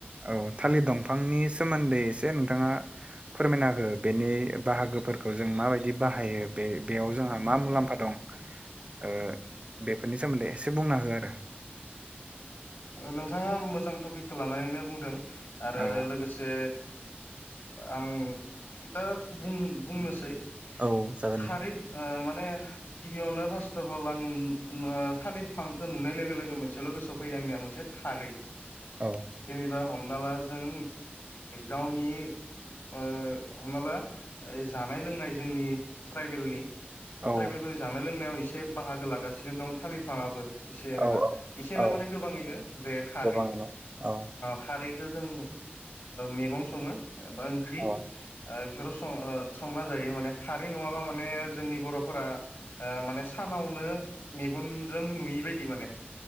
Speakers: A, on the right; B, on the left.
A: औ थालिर दंफांनि सोमोन्दै एसे नोंथाङा फोरमायना हो बेनि बाहागोफोरखौ जों माबायदि बाहायो बे बेयाव जोंहा मा मुलाम्फा दं। ओ बेफोरनि सोमोन्दै एसे बुंना हो आरो
B: नोंथाङा मोजां टपिकखौ लानानैनो बुंदों आरो
A: औ
B: लोगो से आं दा बुं बुंनोसै
A: औ जागोन
B: खारै
A: नोंथां
B: ओ माने गिबियावनो फार्स्टथफल आं उम ओ थालिर फांखौ नुनाय लो गो लोगो मोनसेल' गोसोआव फैयो आंनिया मोनसे थारै
A: औ
B: जेनेबा हमना ला जों गावनि ओ हमना ला जानाय लोंनाय जोंनि ट्राइबेलनि
A: औ
B: ट्राइबेलफोरनि जानाय लोंनायाव एसे बाहागो लागासिनो दं थालिरफाङाबो एसे एनला
A: औ
B: एसे एनला
A: औ
B: माने गोबाङैनो जे खारै
A: गोबाङैनो औ
B: खारैखौ जों मैगं सङो एबा ओंख्रि।
A: औ
B: ओ बेफोराव सं संना जायो माने खारै नङाबा माने जोंनि बर'फोरा ओ माने सानावनो मेगनजों नुयि बायदि माने